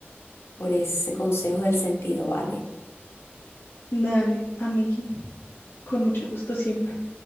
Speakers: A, on the left; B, on the left.
A: por ese consejo del sentido, Vane.
B: Dale, amigui, con mucho gusto siempre.